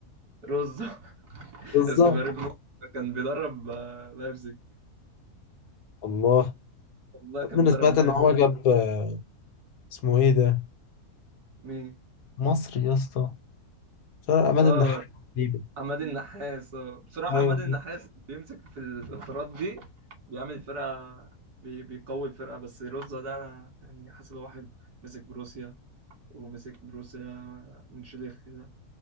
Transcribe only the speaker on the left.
<laughs> بالظبط
الله
يا
ابني انا
سمعت
ان هو جاب آه، اسمه ايه ده
مصري يا اسطى فرق عماد
النحاس تقريبا
ايوه